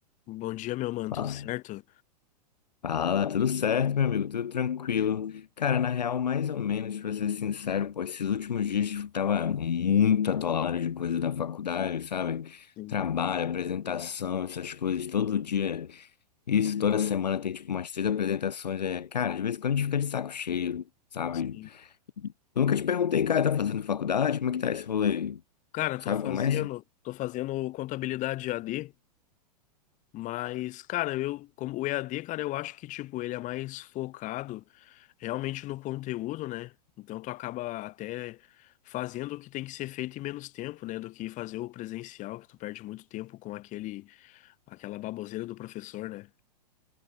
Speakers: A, on the left (about 35°); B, on the left (about 80°).
A: Bom dia, meu mano,
B: Fala,
A: tudo certo?
B: Fala, tudo certo, meu amigo? Tudo tranquilo. Cara, na real, mais ou menos, pra ser sincero, pô, esses últimos dias eu tava muito atolado de coisa da faculdade, sabe?
A: Sim.
B: Trabalho, apresentação, essas coisas, todo dia. Isso, toda semana tem tipo umas três apresentações. É, cara, de vez em quando a gente fica de saco cheio, sabe?
A: Sim.
B: Eu nunca te perguntei, cara, tá fazendo faculdade? Como é que tá esse rolê?
A: Cara,
B: Sabe
A: tô fazendo,
B: como é?
A: tô fazendo contabilidade EAD, mas, cara, eu, como o EAD, cara, eu acho que, tipo, ele é mais focado realmente no conteúdo, né? Então tu acaba até fazendo o que tem que ser feito em menos tempo, né? Do que fazer o presencial, que tu perde muito tempo com aquele, aquela baboseira do professor, né?